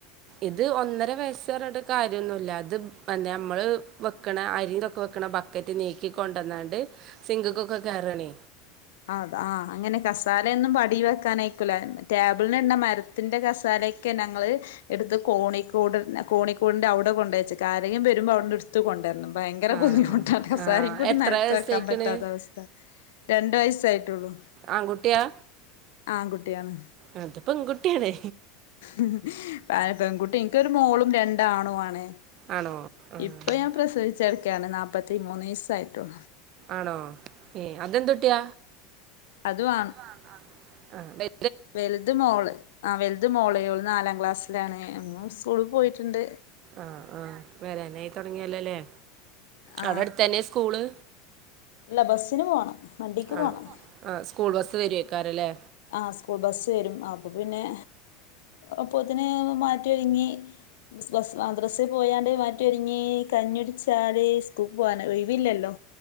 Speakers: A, on the right; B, on the left.
A: ഇത് ഒന്നര വയ്സ്സ്റ്ഞ്ഞിട്ട് കാര്യന്നുല്ല ത് മ നമ്മള് വെക്ക്ണ അരിതെക്കെ വെക്ക്ണ ബക്കറ്റ് നീക്കി കൊണ്ടന്നാണ്ട് ക്ക് കാരാണ്
B: അത ആഹ് അങ്ങനെ കസാലൊന്നും അടി വെക്കാനയ്ക്കൂല ടേബിളിനെന്നെ മരത്തിന്റെ മരത്തിന്റെ കസാലയൊക്കെ ഞങ്ങള് എടുത്ത് കോണിക്കൂട്ന്നെ കോണിക്കൂട്ൻ്റെ അവ്ടെ കൊണ്ടെച്ചക്ക ആരെങ്കും വെരുമ്പോ അവ്ടന്ന് എടുത്ത് കൊണ്ടർണം ഭയങ്കര
A: ആഹ്
B: ബുദ്ധിമുട്ടാണ് കസാരിം
A: ആഹ്
B: കൂടി
A: എത്ര
B: നിലത്ത്
A: വയസ്സായിക്കണ്
B: വക്കാൻ പറ്റൂല പ്പതാ അവസ്ഥ രണ്ട് വയസായിട്ടുള്ളൂ
A: ആൺകുട്ടിയാ
B: ആൺകുട്ട്യാണ്
A: ആഹ് ത് പെൺകുട്ട്യാണ്
B: ഉം ആയ് പെൺകുട്ടി എനിക്കൊരു മോളും രണ്ടാണു ആണ്
A: ആണോ ആഹ്
B: ഇപ്പൊ ഞാൻ പ്രസവിച്ചട്ക്കാണ് നാല്പ്പത്തി മൂന്നീസായിട്ടുള്ളൂ
A: ആണോ ഏഹ് അതെന്തുട്ടിയ
B: അതും
A: അതു ആണാ ആഹ്
B: വെലുത് മോള് ആഹ് വെലുത് മോള് ഓള് നാലാം ക്ലാസ്സിലാണ് ന്നും സ്കൂൾ പോയിട്ട്ണ്ട്
A: ആഹ് ആഹ് വെരാനായി തൊടങ്ങിയല്ലോല്ലേ
B: ആ
A: അവ്ടെ അടുത്തന്നെ സ്കൂള്
B: അല്ല ബസ്സിന് പോണം വണ്ടിക്ക്
A: ആണോ
B: പോണം
A: ആഹ് സ്കൂൾ ബസ്സ് വെരയ്ക്കാരല്ലെ
B: ആഹ് സ്കൂൾ ബസ് വരും അപ്പ പിന്നെ അപ്പോത്തിന് മാറ്റി ഒരുങ്ങി ബിസ്ബസ്സ് മദ്രസെ പോയാണ്ട് മാറ്റി മാറ്റി ഒരുങ്ങി കഞ്ഞുടിച്ചാല് സ്ക്കൂക്ക് പോവാനായ് ഒഴിവില്ലല്ലോ